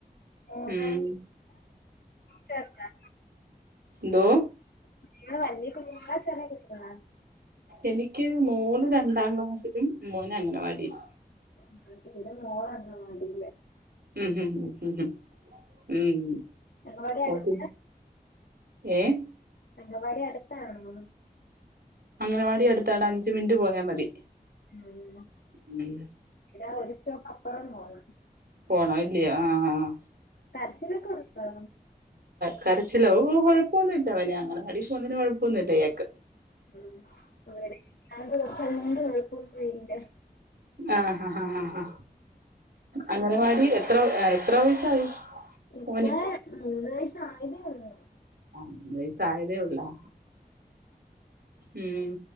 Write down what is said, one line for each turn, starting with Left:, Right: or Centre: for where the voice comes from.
Left: മോൾക്കിതാ
Right: ഉം
Left: ചെറുതാ
Right: ന്തോ
Left: കുട്ടികൾ വല്യ കുട്ടികള ചെറിയ കുട്ടികള
Right: എനിക്ക് മോള് രണ്ടാം ക്ലാസ്സിലും മോന് അംഗനവാടിലും
Left: ആഹ് ഇവടെ മോളാ അംഗനവാടി
Right: ഉം ഉം ഉം
Left: അംഗൻവാടി അടുത്ത്
Right: ഓക്ക് ഏഹ്
Left: അംഗനവാടി അടുത്താണോ
Right: അംഗനവാടി അടുത്ത ഡാ അഞ്ച മിനിറ്റ് പോയാൽ മതി
Left: ഉം
Right: ഉം
Left: ഇതാ ഒരു സ്റ്റോപ്പപ്പുറം പോണം
Right: പോണം അല്ല്യോ ആഹ് ആഹ്
Left: കരചിലൊക്കെ ണ്ടോ
Right: കരച്ചിലോ ഓ കൊഴപ്പൊന്നുമില്ല അവനെ അങ്കണവാടി പോകന്നതിന് കൊഴപ്പമൊന്നുമില്ല യാക്ക്
Left: ഉം അവിടെ ണ്ട് കൊച്ചല്ലണ്ട് കുഴപ്പൊന്നല്ല
Right: ആഹ ഹാ ഹാ ഹാ ഹാ അങ്ങനവാടി എത്ര എത്ര വയസായി
Left: ഇപ്പ
Right: മോന്
Left: മൂന്ന് വയസ്സ് ആയതേ ഒള്ളൂ
Right: ആഹ് മൂന്ന് വയസ്സായതെ ഒള്ളൂ ഉം